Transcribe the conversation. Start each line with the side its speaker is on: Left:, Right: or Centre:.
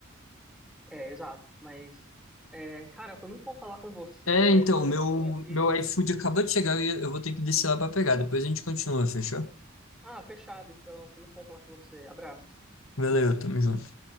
Centre: É, exato, mas, é, cara, foi muito bom falar com você,
Left: É,
Centre: mas
Left: então, meu,
Centre: eu tenho que...
Left: meu iFood acabou de chegar e eu vou ter que descer lá pra pegar. Depois a gente continua, fechou?
Centre: Ah, fechado, então, foi muito bom falar com você, abraço.
Left: Valeu, tamo junto.